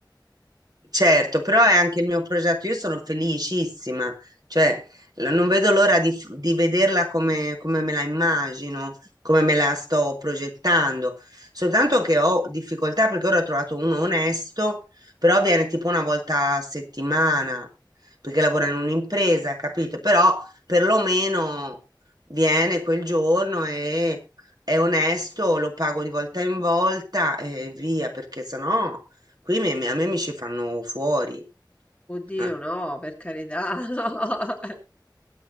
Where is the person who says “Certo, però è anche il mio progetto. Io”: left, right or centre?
Right